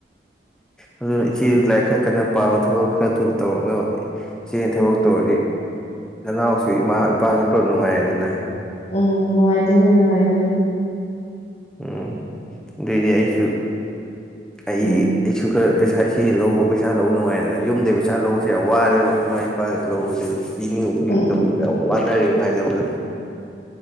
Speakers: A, in the centre; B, on the left (about 40°).
A: ꯑꯗꯨꯅ ꯏꯆꯦ ꯂꯥꯏꯔꯤꯛ ꯈꯔ ꯀꯟꯅ ꯄꯥꯔꯣ ꯊꯕꯛ ꯈꯔ ꯊꯨꯅ ꯇꯧꯔꯛꯅꯕ ꯆꯦ
B: ꯎꯝ
A: ꯊꯕꯛ ꯇꯧꯗꯤ ꯅꯅꯥꯎ ꯑꯩꯈꯣꯏ ꯏꯃꯥ ꯏꯄꯥꯁꯨ ꯄꯨꯂꯞ ꯅꯨꯡꯉꯥꯏꯔꯦꯗꯅ
B: ꯎꯝ ꯅꯨꯡꯉꯥꯏꯖꯅꯦ ꯅꯨꯡꯉꯥꯏꯗꯨꯅꯤ
A: ꯎꯝ ꯑꯗꯨꯑꯣꯏꯗꯤ ꯑꯩꯁꯨ ꯑꯩ
B: ꯎꯝ
A: ꯑꯩꯁꯨ ꯈꯔ ꯄꯩꯁꯥ ꯏꯆꯦ ꯂꯧ ꯂꯧꯕ ꯄꯩꯁꯥ ꯂꯧꯕ ꯅꯨꯡꯉꯥꯏꯗꯅ ꯌꯨꯝꯗꯒꯤ ꯄꯩꯁꯥ ꯂꯧꯕꯁꯦ ꯌꯥꯝ ꯋꯥꯔꯦꯕ ꯏꯃꯥ ꯄꯥ ꯂꯧꯕꯁꯤ ꯄꯤꯅꯤꯡꯒꯨꯝ ꯄꯤꯅꯤꯡꯗꯒꯨꯝ
B: ꯎꯝ
A: ꯇꯧꯕ ꯌꯥꯝ ꯋꯥ <unintelligible> ꯖꯕꯗ